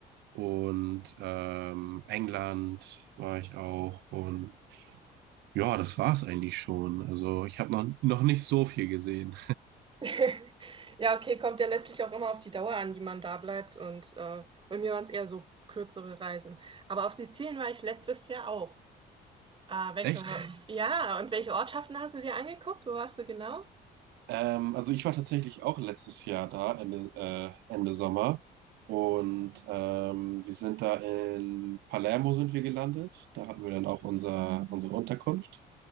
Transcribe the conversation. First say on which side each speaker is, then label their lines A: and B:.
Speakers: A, on the right; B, on the right.
A: und ähm, England war ich auch und ja, das war's eigentlich schon. Also ich habe noch, noch nicht so viel gesehen.
B: <laughs> Ja, okay, kommt ja letztlich auch immer auf die Dauer an, die man da bleibt. Und äh, bei mir waren es eher so kürzere Reisen. Aber auf Sizilien war ich letztes Jahr auch. Ah, welche,
A: Echt?
B: Or- ja, und welche Ortschaften hast du dir angeguckt? Wo warst du genau?
A: Ähm, also ich war tatsächlich auch letztes Jahr da, Ende, äh, Ende Sommer. Und ähm, wir sind da in Palermo sind wir gelandet. Da hatten wir dann auch unser, unsere Unterkunft.